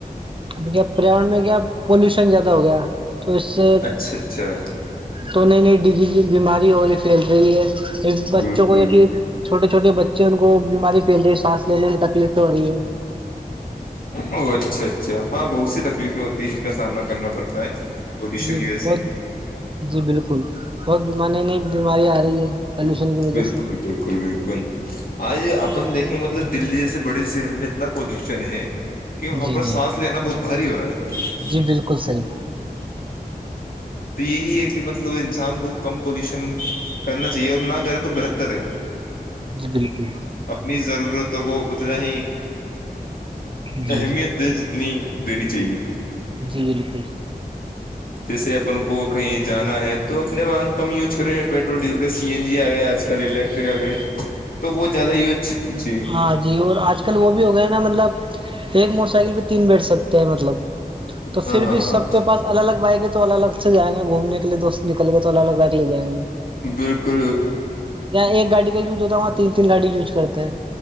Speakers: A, on the right; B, on the left.
A: اب کیا پریاور میں کیا پولوشن زیادہ ہو گیا تو اس سے
B: اچھا اچھا
A: تو نئی نئی ڈ بیماری ہو رہی کھیل رہی ہے بچوں
B: بالکل
A: کو یہب چھوٹے چوٹے بچے ان کو بیماری پھیل رہی ہے ساس لینے میں تکلیف تو ہو رہی ہے
B: او اچھا اچھا ہاں بہت سی تکلیف ہوتی ہے جن کا سامنا کرنا پڑتا ہے پولوشن
A: جی
B: کی وجہ
A: بہت
B: سے
A: جی بالکل بہت بیمار نئی نئی بیماری آ رہی ہے پلوشن کی وجہ
B: بالکل
A: سے
B: بالکل بالکل کون آج اپن دیکھیں مطلب دلی جیسے بڑے شہر میں اتنا پالوشن ہے کہ وہاں
A: جی
B: پر
A: جی
B: سانس لینا بہت بھاری ہو رہا ہے
A: جی بالکل صحیح
B: تو یہی ہے کہ مطلب انسان کو کم پالوشن کرنا چاہیے اور نہ کریں تو بہتر ہے
A: جی بالکل
B: اپنی ضرورتوں کو اتنا ہی
A: جی
B: اہمیت
A: جی
B: دے جتنی دینی چاہیے
A: جی بالکل
B: جیسے اپن کو کہیں جانا ہے تو اپنے واہن کو کم وز کرے petrol diesel C N G آ گئے آجل کل الیکٹرک آ گئے تو وہ زیادہ یوج جی
A: اں جی اور آج کل وہ بھی ہو گئے نا مطلب ایک موٹر سائیکل پہ تین بیٹھ سکتے ہیں مطلب تو
B: ہاں
A: پھر
B: ہاں
A: بھی
B: ہاں ہاں
A: سب کے پاس الگ الگ بائ گے تو الگ الگ سے جائیں گے گھومنے کے لیے دوست نکل گئے تو سو لگا دی جائے گا
B: بالکل
A: جہاں ایک گاڑی کا یوز ہوتا ہے وہاں تین تین گاڑی یوج کرتے ہیں